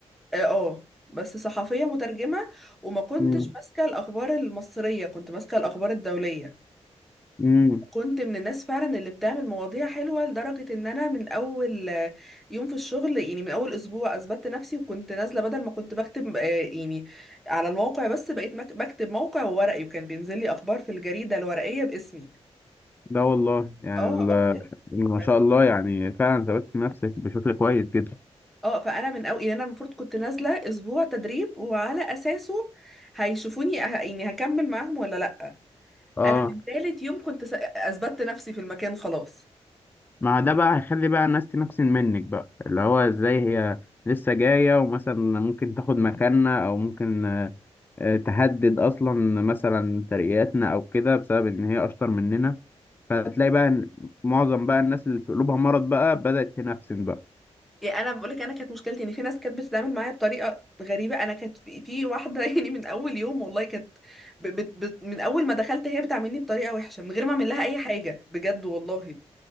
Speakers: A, in the centre; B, on the left.
A: اه آه، بس صحفيه مترجمه وما كنتش
B: مم.
A: ماسكه الاخبار المصريه كنت ماسكه الاخبار الدوليه
B: مم.
A: كنت من الناس فعلا اللي بتعمل مواضيع حلوة لدرجة ان انا من اول آه، يوم في الشغل يعني من اول اسبوع اثبتت نفسي وكنت نازلة بدل ما كنت بكتب آه، يعني على الموقع بس بقيت مك- بكتب موقع وورقي وكان بينزل لي اخبار في الجريدة الورقية باسمي
B: ده والله يعني
A: اه
B: ال-
A: اه بجد
B: ما
A: ف-
B: شاء الله يعني فعلا ثبتت نفسك بشكل كويس جدا
A: اه فانا من اول يعني انا المفروض كنت نازلة اسبوع تدريب وعلى اساسه هيشوفوني ه- يعني هكمل معاهم ولا لا
B: اه
A: انا من تالت يوم كنت س- اثبتت نفسي في المكان خلاص
B: ما ده بقى هيخلي بقى الناس تنفسن منك بقى اللي هو ازاي هي لسه جاية ومثلا ممكن تاخد مكاننا او ممكن آه، آه، تهدد اصلا مثلا ترقياتنا او كده بسبب ان هي اشطر مننا فتلاقي بقى إن معظم بقى الناس اللي في قلوبها مرض بقى بدأت تنفسن بقى
A: يعني انا بقول لك انا كانت مشكلتي ان في ناس كانت بتتعامل معايا بطريقه غريبه انا كانت في, في واحده <laughs> يعني من اول يوم والله كانت ب... ب... ب... من اول ما دخلت هي بتعاملني بطريقه وحشه من غير ما اعمل لها اي حاجه بجد والله